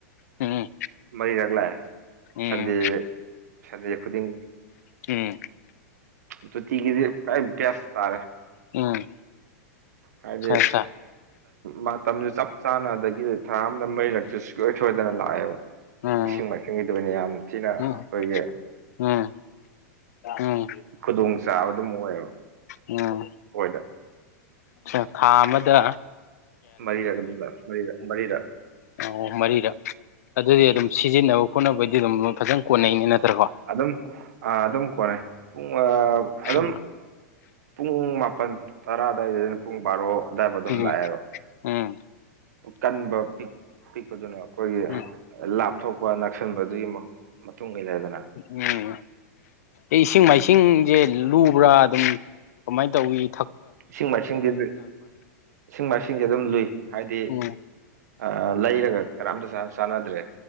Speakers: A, on the left; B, on the right.
A: ꯎꯝ
B: ꯃꯔꯤꯔꯛ ꯂꯥꯛꯑꯦ
A: ꯎꯝ
B: ꯁꯟꯗꯦ ꯁꯟꯗꯦ ꯈꯨꯗꯤꯡꯒꯤ
A: ꯎꯝ
B: ꯑꯗꯨ ꯇꯤꯒꯤꯗꯤ ꯀꯥꯏ ꯦꯁ ꯇꯔꯦ
A: ꯎꯝ
B: ꯍꯥꯏꯗꯤ
A: ꯁꯥ ꯁꯥ
B: ꯃꯇꯝꯁꯨ ꯆꯞ ꯆꯥꯅ ꯑꯗꯒꯤ ꯊꯥ ꯑꯝꯗ ꯃꯩꯔꯛꯇ ꯨꯡꯁꯣꯏ ꯁꯣꯏꯗꯅ ꯂꯥꯛꯑꯦꯕ
A: ꯎꯝ
B: ꯏꯁꯤꯡ ꯃꯥꯏꯁꯤꯡꯒꯤ ꯑꯣꯏꯅ ꯌꯥꯝ ꯊꯤꯅ
A: ꯎꯝ
B: ꯑꯩꯈꯣꯏꯒꯤ
A: ꯎꯝ ꯎꯝ
B: ꯈꯨꯗꯣꯡꯆꯥꯥꯕ ꯑꯗꯨꯝ ꯑꯣꯏꯌꯦꯕ
A: ꯑ
B: ꯑꯣꯏꯣꯏꯗ
A: ꯑ ꯈꯥ ꯃꯗ
B: ꯃꯔꯤꯔꯛ ꯑꯗꯨ ꯃꯔꯤꯔ ꯃꯔꯤꯔꯛ
A: ꯑꯣ ꯃꯔꯤꯗ ꯑꯗꯨꯗꯤ
B: ꯎꯝ
A: ꯑꯗꯨꯝ ꯁꯤꯖꯤꯟꯅꯕ ꯈꯣꯠꯅꯕꯩꯗꯤ ꯑꯗꯨꯝ ꯐꯖꯅ ꯀꯣꯟꯅꯩꯅꯦ ꯅꯠꯇ꯭ꯔꯀꯣ
B: ꯑꯗꯨꯝ ꯑ ꯑꯗꯨꯝ ꯀꯔꯦ ꯄꯨꯡ
A: ꯐ
B: ꯑꯗꯨꯝ ꯄꯨꯡ ꯃꯥꯄꯜ ꯇꯔꯥ ꯑꯗꯨꯋꯥꯏꯗꯅ ꯄꯨꯡ ꯕꯥꯔꯣ ꯑꯗꯨꯗꯥꯏꯐ ꯑꯗꯨꯝ
A: ꯎꯝ
B: ꯂꯥꯛꯑꯦꯕ
A: ꯎꯝ
B: ꯀꯟꯕ ꯄꯤꯛ ꯄꯤꯛꯄꯗꯨꯅ ꯑꯩꯈꯣꯏꯒꯤ
A: ꯎꯝ
B: ꯂꯥꯞꯊꯣꯛꯄ ꯅꯛꯁꯟꯕꯗꯨꯒꯤ ꯃꯇꯨꯡ ꯏꯟꯅꯗꯅ
A: ꯎꯝ ꯑꯦ ꯏꯁꯤꯡ ꯃꯥꯏꯁꯤꯡꯁꯦ ꯂꯨꯕ꯭ꯔꯥ ꯑꯗꯨꯝ ꯀꯃꯥꯏꯅ ꯇꯧꯋꯤꯛ
B: ꯏꯁꯤꯡ ꯃꯥꯏꯁꯤꯡꯁꯤ ꯏꯁꯤꯡ ꯃꯥꯏꯁꯤꯡꯁꯦ ꯑꯗꯨꯝ ꯂꯨꯏ ꯍꯥꯏꯗꯤ
A: ꯎꯝ
B: ꯑ ꯂꯩꯔꯒ ꯀꯔꯝꯇ ꯆꯥꯟꯅꯗ꯭ꯔꯦ